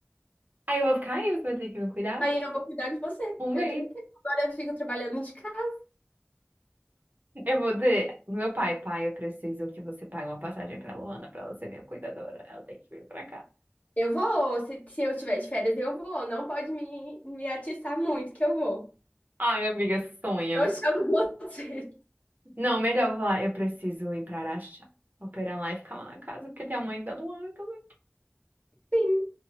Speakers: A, on the right; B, on the left.
A: Aí eu vou ficar aí, você vai ter que me cuidar.
B: Aí eu vou cuidar de você.
A: Um
B: Eu
A: mês.
B: tenho tempo. Agora eu fico trabalhando de casa.
A: Eu vou dizer, pro meu pai, pai, eu preciso que você pague uma passagem pra Luana pra ela ser minha cuidadora. Ela tem que vir pra cá.
B: Eu vou. Se, se eu tiver de férias, eu vou. Não pode me, me atiçar muito, que eu vou.
A: Ai, amiga, sonho.
B: Eu chamo você.
A: Não, melhor eu vou falar, eu preciso ir pra Araxá, operar lá e ficar lá na casa, porque tem a mãe da Luana também.
B: <laughs> Sim.